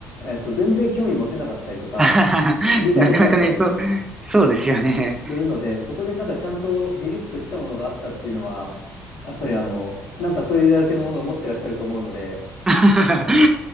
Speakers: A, on the left; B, on the right.
A: えっと、全然興味持てなかったりとか、
B: <laughs>
A: 理解できなかったり
B: なかなかね、そう、そうですよね。
A: するので、そこでなんかちゃんとビビッときたものがあったっていうのは、やっぱりあの、
B: うん。
A: なんかそれだけのものを持ってらっしゃると思うので、
B: <laughs>